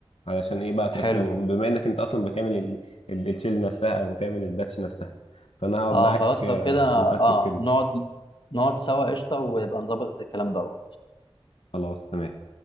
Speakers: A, on the left (about 80°); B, on the left (about 55°).
A: علشان ايه بقى ترسيهم
B: حلو
A: بما انك انت اصلا بتعمل ال- ال- الشيل نفسها او بتعمل الباتش نفسها فانا هقعد
B: اه
A: معاك
B: خلاص
A: آه،
B: لو كده
A: نرتب
B: اه
A: كده
B: نقعد نقعد سوا قشطه ويبقى نظبط الكلام ده
A: خلاص تمام